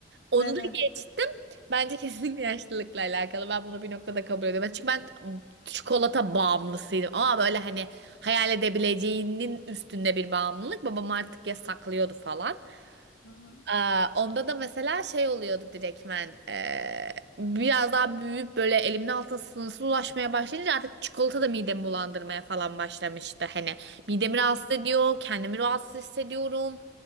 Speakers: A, on the right; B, on the left.
A: Onu
B: Evet.
A: da geçtim. Bence kesinlikle yaşlılıkla alakalı. Ben bunu bir noktada kabul ediyorum. Ben- Çünkü ben çikolata bağımlısıydım. Ama böyle hani hayal edebileceğinin üstünde bir bağımlılık. Babam artık yasaklıyordu falan.
B: Hı
A: Aa, onda da mesela şey oluyordu direktmen eee, biraz daha büyüyüp böyle elimin altına sınırsız ulaşmaya başlayınca artık çikolata da midemi bulandırmaya falan başlamıştı. Hani midemi rahatsız
B: hı.
A: ediyor, kendimi rahatsız hissediyorum.